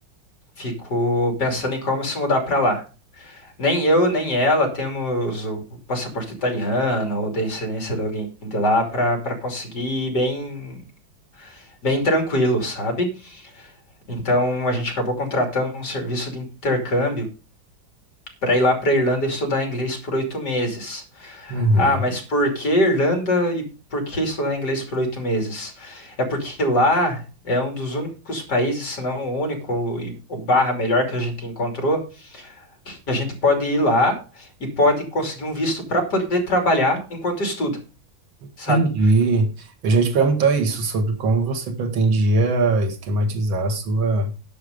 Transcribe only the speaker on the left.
ficou pensando em como se mudar para lá. Nem eu, nem ela temos o passaporte italiano ou descendência de alguém de lá para para conseguir ir bem bem tranquilo, sabe? Então a gente acabou contratando um serviço de intercâmbio para ir lá para Irlanda estudar inglês por oito meses.
Ah, mas por que Irlanda e por que estudar inglês por oito meses? É porque lá é um dos únicos países, se não o único, e- ou barra melhor que a gente encontrou, E A gente pode ir lá e pode conseguir um visto para poder trabalhar enquanto estuda,
sabe?